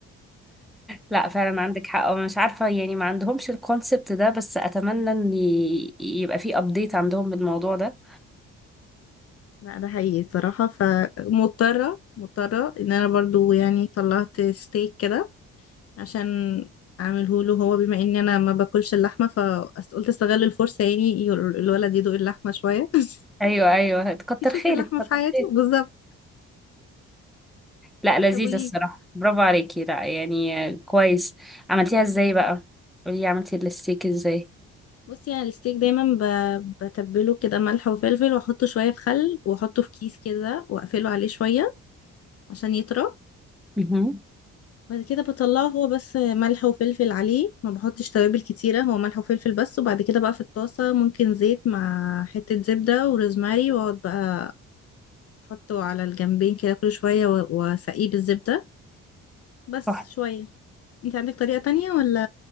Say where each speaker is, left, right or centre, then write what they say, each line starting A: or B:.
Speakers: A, in the centre; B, on the left (about 50°).
A: لا فعلا عندك حق أنا مش عارفة يعني ما عندهمش الكونسبت ده بس اتمنى ان ي- يبقى في ابديت عندهم بالموضوع ده
B: لا ده حقيقي صراحه فمضطره مضطره ان انا برضو يعني طلعت ستيك كده عشان اعمله له هو بما اني انا ما باكلش اللحمه فقلت استغل الفرصه يعني ي- الولد يدوق اللحمه شويه <laughs>
A: ايوه ايوه كتر
B: يشوف
A: خيرك
B: اللحمه
A: كتر
B: في حياته
A: خيرك
B: بالظبط
A: لا لذيذة
B: طب قولي
A: الصراحة برافو عليكي لا يعني آه، كويس عملتيها ازاي بقى قولي عملتي الستيك ازاي
B: بصي انا الستيك دايما ب- بتبله كده ملح وفلفل واحطه شويه في خل واحطه في كيس كده واقفله عليه شويه عشان يطرى
A: مهم.
B: بعد كده بطلعه هو بس ملح وفلفل عليه ما بحطش توابل كتيره هو ملح وفلفل بس وبعد كده بقى في الطاسه ممكن زيت مع حته زبده وروزماري واقعد بقى احطه على الجنبين كده كل شويه و- واسقيه بالزبده بس
A: صح.
B: شويه انت عندك طريقه تانية ولا